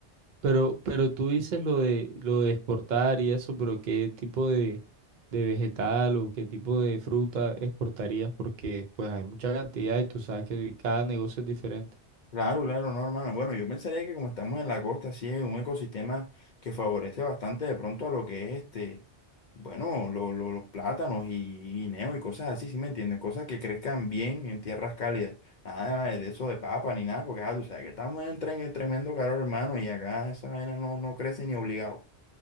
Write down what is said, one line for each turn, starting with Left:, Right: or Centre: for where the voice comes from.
Right: pero, pero tú dices lo de lo de exportar y eso, pero ¿qué tipo de, de vegetal o qué tipo de fruta exportarías? Porque pues hay mucha cantidad y tú sabes que cada negocio es diferente.
Left: Claro, claro, no, hermano. Bueno, yo pensaría que como estamos en la costa, sí es un ecosistema que favorece bastante de pronto a lo que es este, bueno, lo- lo- los plátanos y guineos y cosas así, ¿sí me entiendes? Cosas que crezcan bien en tierras cálidas. Nada de eso de papa ni nada, porque ah, tú sabes que estamos en, tre- en tremendo calor, hermano, y acá esa vaina no, no crece ni obligado.